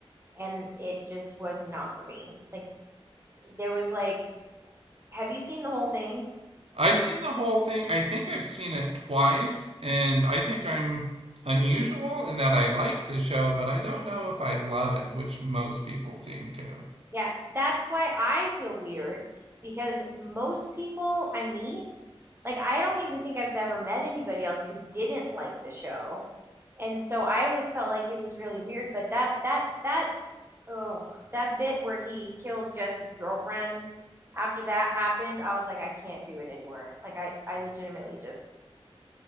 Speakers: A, on the right; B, on the right.
A: and it just was not for me. Like, there was like, have you seen the whole thing?
B: I've seen the whole thing. I think I've seen it twice, and I think I'm unusual in that I like the show, but I don't know if I love it, which most people seem to.
A: Yeah, that's why I feel weird because most people I meet, like, I don't even think I've ever met anybody else who didn't like the show and so I always felt like it was really weird. But that that that oh that bit where he killed Jesse's girlfriend after that happened, I was like, I can't do it anymore. Like I I legitimately just